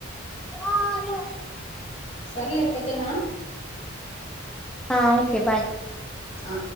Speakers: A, in the centre; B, on the left (about 30°).
A: ఆలో
B: సర్లే కతేనా
A: ఆ ఒకే బాయ్
B: ఆ